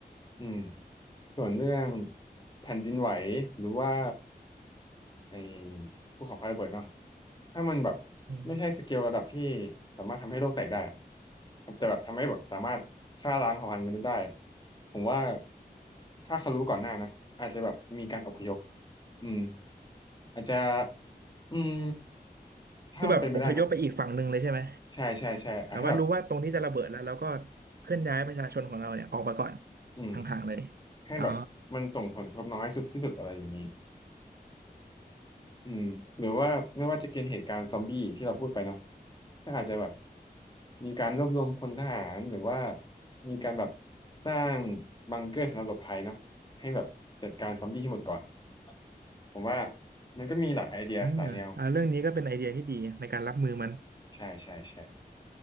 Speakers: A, on the left; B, on the right.
A: อืมส่วนเรื่องแผ่นดินไหวหรือว่าไอ้ภูเขาไฟระเบิดเนาะถ้ามันแบบ
B: อืม
A: ไม่ใช่สเกลระดับที่สามารถทำให้โลกแตกได้อะแต่แบบทำให้แบบสามารถฆ่าล้างเผ่าพันธุ์มนุษย์ได้ผมว่าถ้าเขารู้ก่อนหน้านะอาจจะแบบมีการอพยพอืมอาจจะอืมถ้ามันเป็นไปได้นะ
B: คือแบบอพยพไปอีกฝั่งหนึ่งเลยใช่ไหม
A: ใช่ใช่ใช่อ่ะให้แบบ
B: แบบว่ารู้ว่าตรงนี้จะระเบิดแล้วเราก็เคลื่อนย้ายประชาชนของเราเนี่ยออกมาก่อน
A: อืม
B: ห่างๆเลย
A: ให้แบบมันส่งผลกระทบน้อยสุดที่สุดอะไรอย่างนี้
B: อ๋อ
A: อืมหรือว่าไม่ว่าจะเกิดเหตุการณ์ซอมบี้ที่เราพูดไปเนาะถ้าอาจจะแบบมีการรวบรวมพลทหารหรือว่ามีการแบบสร้างบังเกอร์สำหรับหลบภัยเนาะให้แบบจัดการซอมบี้ให้หมดก่อนผมว่ามันก็มีหลายไอเดียหลายแนว
B: เอออ่าเรื่องนี้ก็เป็นไอเดียที่ดีในการรับมือมัน
A: ใช่ใช่ใช่